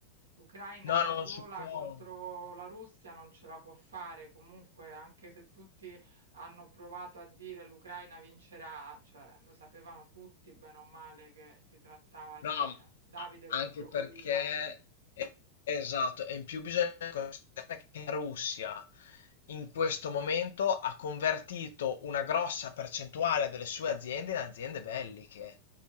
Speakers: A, on the right; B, on the left.
A: L'Ucraina
B: No,
A: da
B: non
A: sola
B: si può.
A: contro la Russia non ce la può fare, comunque anche se tutti hanno provato a dire l'Ucraina vincerà, cioè lo sapevano tutti bene o male che si trattava
B: No,
A: di
B: ma
A: Davide
B: anche
A: contro
B: perché
A: Golia.
B: eh, esatto, e in più bisogna considerare che la Russia in questo momento ha convertito una grossa percentuale delle sue aziende in aziende belliche.